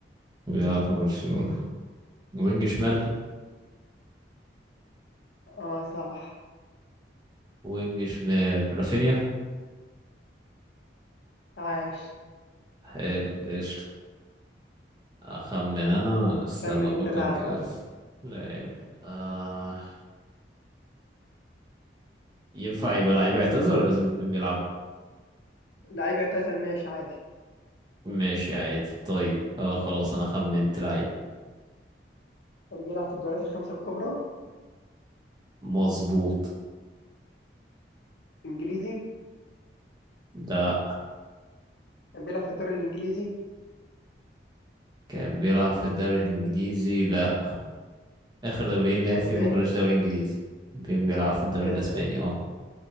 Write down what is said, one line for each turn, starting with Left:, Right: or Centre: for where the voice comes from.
Right: بيلعب في برشلونة وينج شمال
Left: اه صح
Right: وينج شمال رافينيا
Left: عايش
Right: حلو قشطة أخمن أنا استنى
Left: خمن
Right: أفكر
Left: انت لاعب
Right: كده
Left: بقى
Right: في لاعب آه ينفع يبقى لعيب اعتذر ولا لازم يكون بيلعب
Left: لعيب اعتزل ماشي عادي
Right: ماشي عادي طيب آه خلاص أنا خمنت لعيب
Left: كان بيلعب في الدوريات الخمسه الكبرى
Right: مظبوط
Left: انجليزي
Right: ده
Left: كان بيلعب في الدوري الانجليزي
Right: كان بيلعب في الدوري الإنجليزي لا آخر دوريين لعب
Left: في الاسباني
Right: فيهم ما كانوش دوري إنجليزي كان بيلعب في الدوري
Left: في الأز...
Right: الأسباني اه